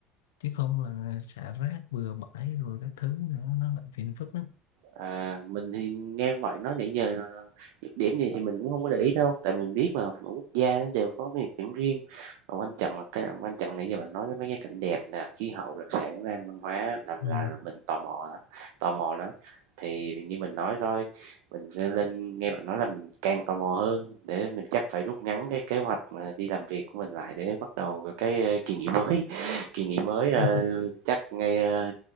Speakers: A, on the left; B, on the right.
A: chứ không là xả rác bừa bãi rồi các thứ nữa nó lại phiền phức lắm
B: À, mình thì nghe bạn nói nãy giờ ờ, nhược điểm gì thì mình cũng không có để ý đâu, tại mình biết mà mỗi quốc gia nó đều có cái nhược điểm riêng. Và quan trọng là cái quan trọng nãy giờ bạn nói cái mấy cái cảnh đẹp nè, khí hậu, đặc sản, món ăn, văn hóa là là
A: ừ.
B: là mình tò mò đó tò mò đó. Thì như mình nói thôi, mình sẽ lên nghe bạn nói là mình càng tò mò hơn, để mình chắc phải rút ngắn cái kế hoạch mà đi làm việc của mình lại để bắt đầu cái, ơ, kỳ nghỉ mới. <laughs> Kỳ nghỉ mới, ờ,
A: <laughs>
B: chắc ngay, ơ